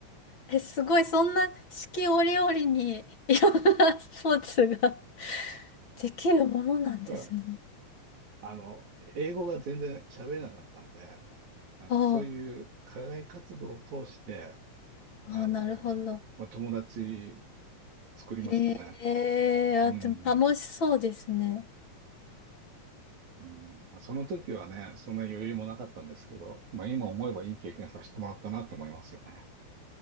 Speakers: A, on the left (about 40°); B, on the right (about 80°).
A: え、すごい、そんな四季折々に <laughs> いろんなスポーツが <laughs> できるものなんですね。
B: だから、あの、英語が全然喋れなかったんで、あの、
A: ああ、
B: そういう課外活動を通して、
A: ああ、
B: あの、
A: なるほど。
B: まあ、友達作りましたね。
A: へえ、あ、
B: うん。
A: でも楽しそうですね。
B: うんまあ、その時はね、そんな余裕もなかったんですけど、まあ、今思えばいい経験させてもらったなと思いますよね。